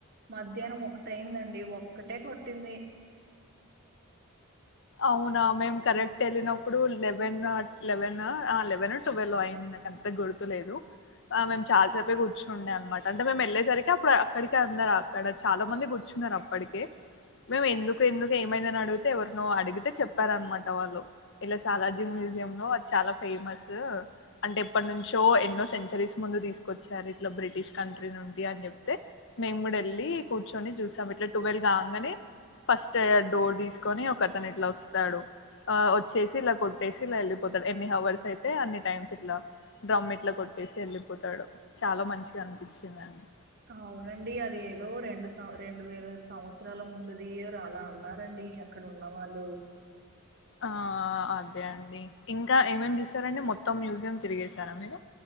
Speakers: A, on the right; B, on the left.
A: మధ్యాహ్నం ఒకటయిందండి ఒక్కటే కొట్టింది
B: అవునా మేము కరెక్ట్ వెళ్ళినప్పుడు లెవెన్ లెవెన్ లెవెన్ ట్వెల్వ్ అయింది నాక అంత గుర్తులేదు ఆ మేము చాలా సేపే కూర్చుండే అనమాట అంటే మేము వెళ్ళేసరికి అప్పుడు అక్కడిక అందారు అక్కడ చాలా మంది కూర్చున్నారు అప్పటికే మేము ఎందుకు ఎందుకు ఏమైందని అడిగితే ఎవరు అడిగితే చెప్పారనమాట వాళ్ళు ఇలా సాలార్జీ మ్యూజియం లో అది చాలా ఫేమస్ అంటే ఎప్పటి నుంచో ఎన్నో సెంచరీస్ ముందు తీసుకొచ్చారు ఇట్లా బ్రిటిష్ కంట్రీ నుండి అని చెప్తే మేము కూడా వెళ్ళి కూర్చొని చూసాం ఇట్లా ట్వెల్వ్ కాగానే ఫస్ట్ డోర్ తీసుకొని కతను ఇట్లా వస్తాడు ఆ వచ్చేసి ఇలా కొట్టేసి ఇలా వెళ్ళి పోతారు ఎన్ని హవర్స్ అయితే అన్ని టైమ్స్ ఇట్లా డ్రమ్ ఇట్లా కొట్టేసి వెళ్ళిపోతాడు చాలా మంచిగా అనిపించింది అండి
A: అవునండి అది ఏదో రెండు సం రెండు వేల సంవత్సరాల ముందుది అలా అన్నారండి అక్కడ ఉన్నవాళ్ళు
B: ఆ అదే అండి ఇంకా ఏమేం చూసారండి మొత్తం మ్యూజియం తిరిగేశారా మీరు